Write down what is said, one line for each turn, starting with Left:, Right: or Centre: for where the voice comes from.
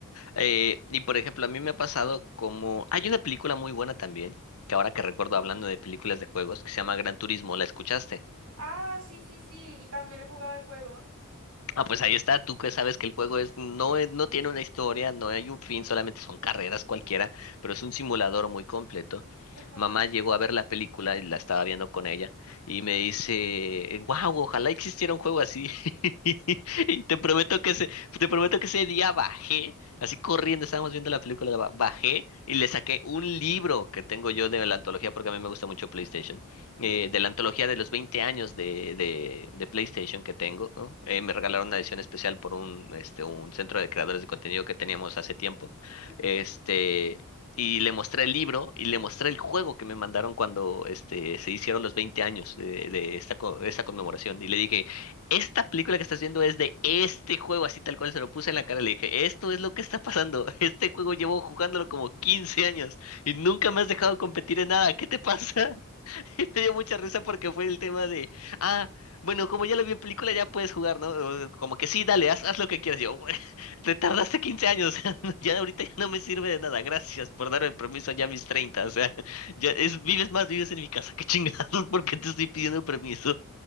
Left: Eh, y por ejemplo, a mí me ha pasado como... Hay una película muy buena también, que ahora que recuerdo hablando de películas de juegos, que se llama Gran Turismo, ¿la escuchaste?
Right: Ah, sí, sí, sí, y también he jugado el juego.
Left: Ah, pues ahí está, tú que sabes que el juego es, no, es- no tiene una historia, no hay un fin, solamente son carreras cualquiera, pero es un simulador muy completo.
Right: Ajá.
Left: Mamá llegó a ver la película y la estaba viendo con ella y me dice, wow, ojalá existiera un juego así. <laughs> Y te prometo que ese, te prometo que ese día bajé, así corriendo, estábamos viendo la película, ba- bajé y le saqué un libro que tengo yo de la antología porque a mí me gusta mucho PlayStation
Right: ujú,
Left: eh, de la antología de los 20 años de, de, de PlayStation que tengo, ¿no? Eh, me regalaron una edición especial por un, este, un centro de creadores de contenido que teníamos hace tiempo.
Right: ujú,
Left: Este, y le mostré el libro y le mostré el juego que me mandaron cuando este, se hicieron los 20 años de, de esta, co- de esta conmemoración. Y le dije, esta película que estás viendo es de este juego, así tal cual se lo puse en la cara. Le dije, esto es lo que está pasando. <laughs> Este juego llevo jugándolo como 15 años y nunca me has dejado competir en nada. ¿Qué te pasa? <laughs> Me dio mucha risa porque fue el tema de, ah, bueno, como ya lo vi en película, ya puedes jugar, ¿no? O Como que sí, dale, haz, haz lo que quieras. Yo, "Bueno, <laughs> te tardaste 15 años, <laughs> ya ahorita ya no me sirve de nada. Gracias por darme permiso ya a mis treinta o sea, ya es, vives más, vives en mi casa, qué chingados, <laughs> porque te estoy pidiendo permiso.